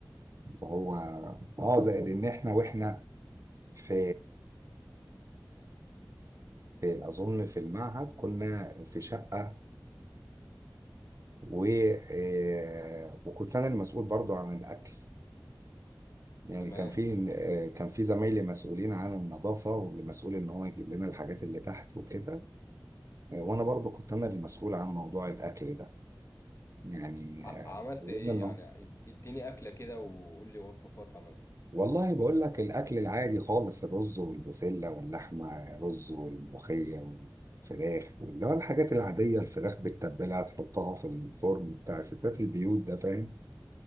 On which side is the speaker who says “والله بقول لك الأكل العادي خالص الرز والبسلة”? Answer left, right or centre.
Right